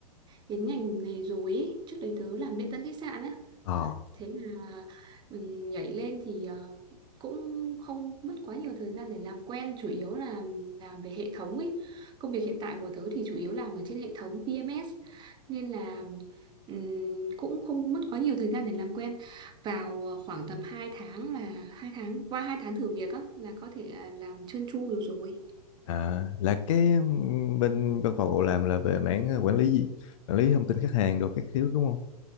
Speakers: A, on the right; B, on the left.
A: đến ngành này rồi ấy Trước đấy tớ làm lễ tân khách sạn á
B: ờ
A: thế là mình nhảy lên thì ờ, cũng không mất quá nhiều thời gian để làm quen chủ yếu là làm về hệ thống ấy công việc hiện tại của tớ thì chủ yếu làm ở trên hệ thống PMS nên là ừm, cũng không mất quá nhiều thời gian để làm quen vào ờ, khoảng tầm 2 tháng là hai tháng qua 2 tháng thử việc á là có thể à, làm trơn tru được rồi
B: À, là cái ừm, bên văn phòng cậu làm là về mảng ờ, quản lý gì? Quản lý thông tin khách hàng đồ các thứ đúng không?